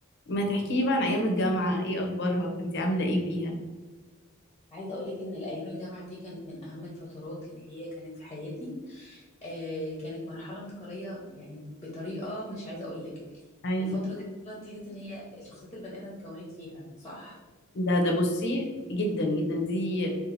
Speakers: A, on the left; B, on the left.
A: ما تحكيلي بقى عن ايام الجامعه ايه اخبارها كنتي عامله ايه فيها
B: عايزه اقول لك ان الايام الجامعه دي كانت من اهم الفترات اللي هي كانت في حياتي آه كانت مرحله انتقاليه يعني بطريقه مش عايزه اقول لك
A: أي
B: الفتره دي اصلا تحس ان هي شخصيه البني ادم اتكونت فيها صح
A: ده ده بصي جدا جدا دي